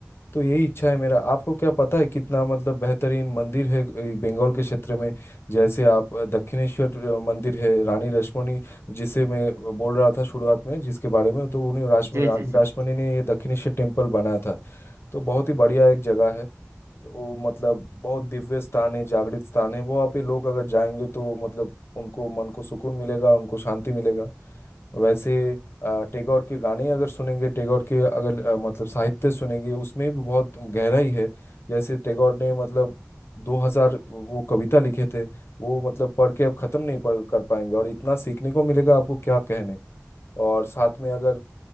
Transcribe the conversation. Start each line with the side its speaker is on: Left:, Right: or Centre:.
Left: तो यही इच्छा है मेरा आपको क्या पता है कितना मतलब बेहतरीन मंदिर है ये बंगाल के क्षेत्र में जैसे आप अ, दक्षिणेश्वर अ, मंदिर है रानी रश्मनी जिसे मैं बोल रहा था शुरुआत में जिसके बारे में तो उन्हें राश्म
Right: जी
Left: रानी
Right: जी जी
Left: रश्मनी ने ये दक्षिणेश्वर टेम्पल बनाया था तो बहुत ही बढ़िया एक जगह है वो मतलब बहुत दिव्य स्थान है जागृत स्थान है वो आप ये लोग अगर जाएंगे तो मतलब उनको मन को सुकून मिलेगा उनको शांति मिलेगा वैसे अ, टैगोर के गाने अगर सुनेंगे टैगोर के अगर अ, मतलब साहित्य सुनेंगे उसमें भी बहुत गहराई है जैसे टैगोर ने मतलब 2000 वो कविता लिखे थे वो मतलब पढ़ के आप खत्म नहीं पढ़ कर पाएंगे और इतना सीखने को मिलेगा आपको क्या कहने और साथ में अगर